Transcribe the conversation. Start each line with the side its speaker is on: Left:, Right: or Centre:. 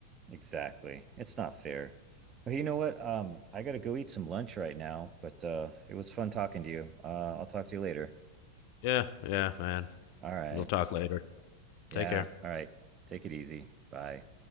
Right: Exactly. It's not fair. Well, you know what? Um, I gotta go eat some lunch right now, but uh it was fun talking to you. Uh, I'll talk to you later.
Left: Yeah, yeah, man.
Right: All right.
Left: We'll talk later.
Right: Yeah.
Left: Take care.
Right: All right. Take it easy. Bye.